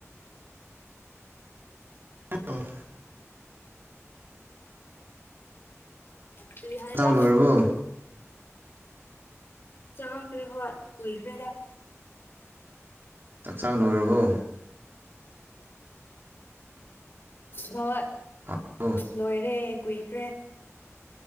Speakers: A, on the right; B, on the left.
A: ꯍꯦꯜꯂꯣ
B: ꯀꯔꯤ ꯍꯥꯏꯕ
A: ꯆꯥꯛ ꯂꯣꯏꯔꯕꯣ
B: ꯆꯈꯔꯦ ꯍꯣꯏ ꯀꯨꯏꯈꯔ꯭ꯦꯅꯦ
A: ꯆꯥꯛꯆꯥꯥ ꯂꯣꯏꯔꯕꯣ
B: ꯍꯣꯏ
A: ꯍꯥꯎꯕ꯭ꯔꯣ
B: ꯂꯣꯏꯔꯦ ꯀꯨꯏꯈ꯭ꯔꯦ